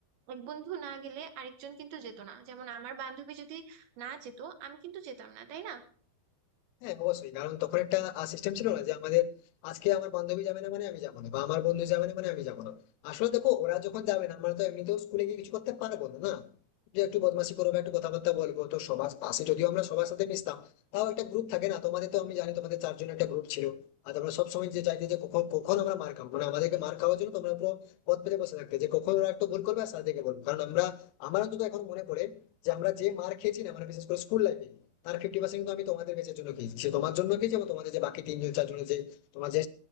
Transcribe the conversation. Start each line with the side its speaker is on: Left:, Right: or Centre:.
Right: এক বন্ধু না গেলে আরেকজন কিন্তু যেত না যেমন আমার বান্ধবী যদি না যেত আমি কিন্তু যেতাম না তাই না
Left: হ্যাঁ অবশ্যই কারণ তখন একটা সিস্টেম ছিল না যে আমাদের আজকে আমার বান্ধবী যাবে না মানে আমি যাবো না বা আমার বন্ধু যাবে না মানে আমি যাবো না আসলে দেখো ওরা যখন যাবে না আমরা তো এমনিতেও স্কুলে গিয়ে কিছু করতে পারবো না না যে একটু বদমাশি করবো একটু কথাবার্তা বলবো তো সবার পাশে যদিও আমরা সবার সাথে মিশতাম তাও একটা গ্রুপ থাকে না তোমাদের তো আমি জানি তোমাদের চারজন একটা গ্রুপ ছিল আর তোমরা সবসময় যে চাইতে যে কখন কখন আমরা মার খাবো মানে আমাদেরকে মার খাওয়ার জন্য তোমরা পুরো পথ পেতে বসে থাকতে যে কখন ওরা একটু ভুল করবে আর সাথে বলবো কারণ আমরা আমার অন্তত এখন মনে পড়ে যে আমরা যে মার খেয়েছি না মানে বিশেষ করে স্কুল লাইফে তার ফিফটি পার্সেন্ট কিন্তু আমি তোমাদের কাছের জন্য খেয়েছি সে তোমার জন্য খেয়েছি এবং তোমাদের যে বাকি তিনজন চারজনের যে তোমার যে